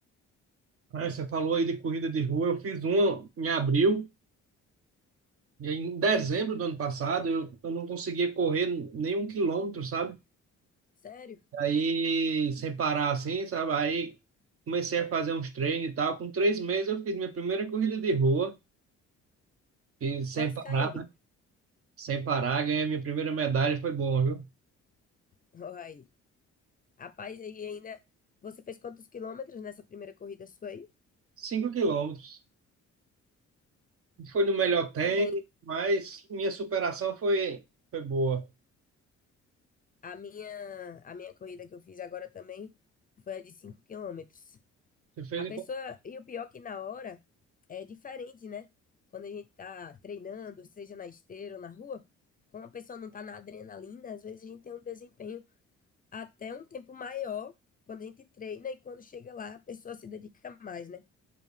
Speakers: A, on the right; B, on the left.
A: Aí você falou aí de corrida de rua. Eu fiz uma em abril. Em dezembro do ano passado, eu, eu não conseguia correr nenhum quilômetro, sabe?
B: Sério?
A: Aí, sem parar assim, sabe? Aí comecei a fazer uns treinos e tal. Com três meses, eu fiz minha primeira corrida de rua, e sem
B: Quantos
A: parar,
B: km?
A: né? Sem parar, ganhei minha primeira medalha, foi bom, viu?
B: Ó, aí. Rapaz, aí ainda. Você fez quantos quilômetros nessa primeira corrida sua aí?
A: Cinco quilômetros. Não Foi no melhor tempo,
B: Também.
A: mas minha superação foi, foi boa.
B: A minha, a minha corrida que eu fiz agora também foi a de 5 quilômetros.
A: Você fez
B: A pessoa.
A: em
B: E o pior que na hora é diferente, né? Quando a gente tá treinando, seja na esteira ou na rua, como a pessoa não tá na adrenalina, às vezes a gente tem um desempenho até um tempo maior quando a gente treina e quando chega lá a pessoa se dedica mais, né?